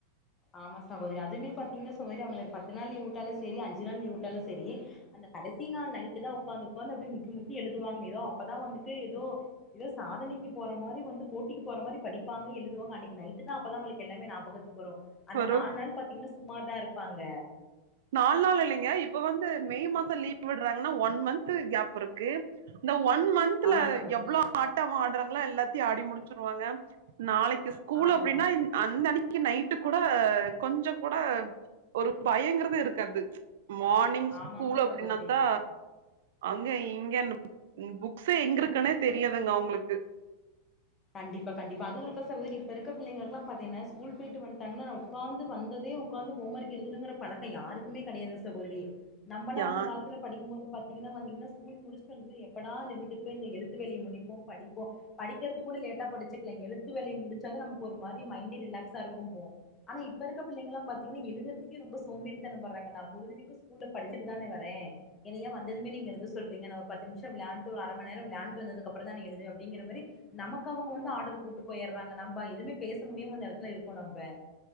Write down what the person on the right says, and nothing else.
ஒரு
நாலு நாள் இல்லைங்க இப்ப வந்து மே மாசம் லீவ் விடுறாங்கன்னா ஒன் மந்த் கேப் இருக்கு இந்த ஒன் மந்த்ல
எவ்வளவு ஆட்டம் ஆடுறாங்களோ எல்லாத்தையும் ஆடி முடிச்சிருவாங்க நாளைக்கு ஸ்கூல்
அப்படின்னா அந்த அன்னைக்கு இன்னைக்கு நைட்டு கூட கொஞ்சம் கூட ஒரு பயங்கறது இருக்காது மார்னிங் ஸ்கூல்
அப்படின்னாத்தா
அங்க இங்க புக்ஸ எங்க இருக்குன்னே தெரியாதுங்க அவங்களுக்கு
யா